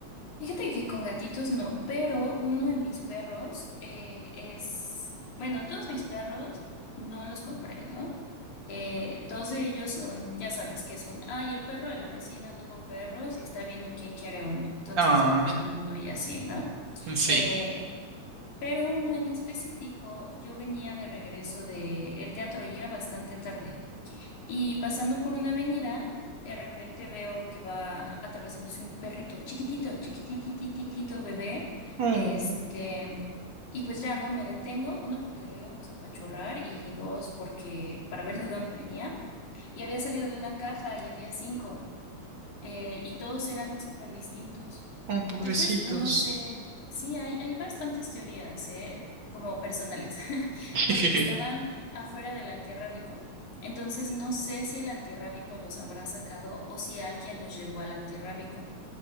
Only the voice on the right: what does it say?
Ah,
<laughs> sí.
Oh,
oh, pobrecitos.
<laughs>